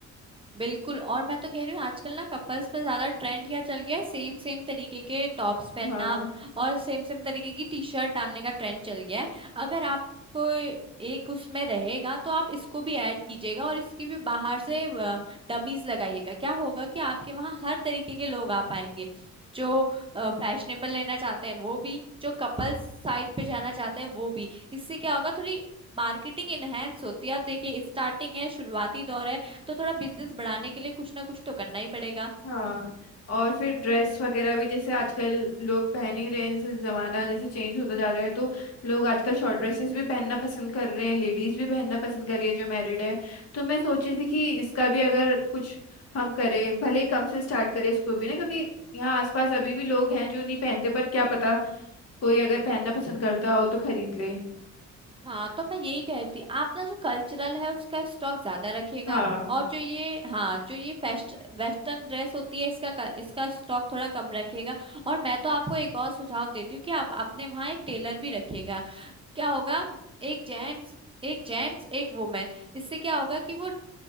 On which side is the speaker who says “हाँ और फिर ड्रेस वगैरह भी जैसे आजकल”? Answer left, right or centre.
Left